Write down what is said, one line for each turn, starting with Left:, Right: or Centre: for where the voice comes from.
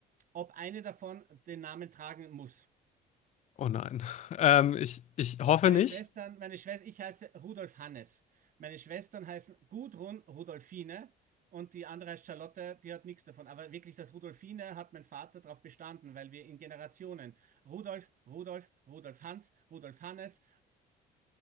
Right: ob eine davon den Namen tragen muss.
Left: Oh nein. Ähm, ich, ich hoffe
Right: Meine
Left: nicht.
Right: Schwestern, meine Schwester, ich heiße Rudolf Hannes. Meine Schwestern heißen Gudrun Rudolfine und die andere heißt Charlotte, die hat nichts davon. Aber wirklich, das Rudolfine hat mein Vater darauf bestanden, weil wir in Generationen Rudolf, Rudolf, Rudolf Hans, Rudolf Hannes.